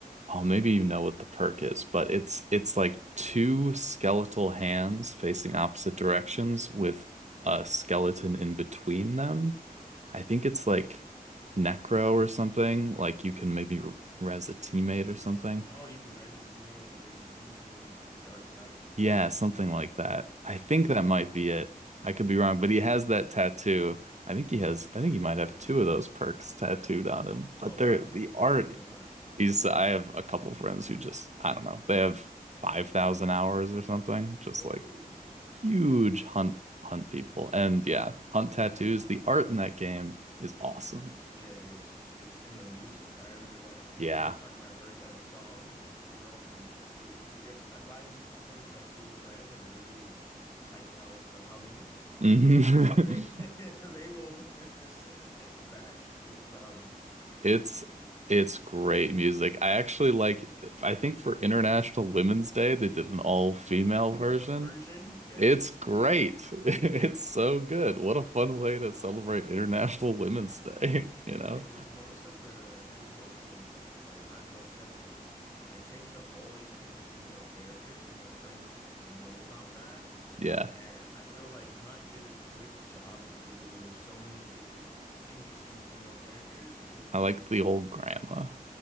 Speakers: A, on the right; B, on the left.
A: Oh, maybe you know what the perk is, but it's it's like two skeletal hands facing opposite directions with a skeleton in between them. I think it's like Necro or something. Like you can maybe res a teammate or something.
B: Oh, you can res a teammate when you're using Darksight?
A: Yeah, something like that. I think
B: Mm-hmm.
A: that might be it. I could be wrong, but he has that tattoo. I think he has, I think he might have two of those perks tattooed on him. But
B: Oh wow,
A: they're
B: so
A: the
B: we're really
A: art.
B: in the hunt.
A: He's, I have a couple friends who just, I don't know, they have 5,000 hours or something,
B: Whew.
A: just like huge hunt, hunt people. And yeah, hunt tattoos. The art in that game is awesome.
B: Yeah, it is. It's and the music. I remember that
A: Yeah.
B: the first time I heard that song, we were all humming it. We, we if if I s- send a text to a friend and I literally type out the humming
A: Mhm.
B: They <laughs>
A: <laughs>
B: they will <laughs> send the text back with the humming.
A: It's it's great music. I actually like I think for International Women's Day they did an all-female version.
B: No version, yes.
A: It's great. <laughs> It's so good. What a fun way to celebrate International Women's Day, <laughs> you know?
B: And with most of the and with most games that I play, Hunt no exception, I tend to always pick a female character, so my friends know about that.
A: Yeah.
B: And I feel like Hunt did a good job of giving me so many different interesting female characters to the point
A: I like the old grandma.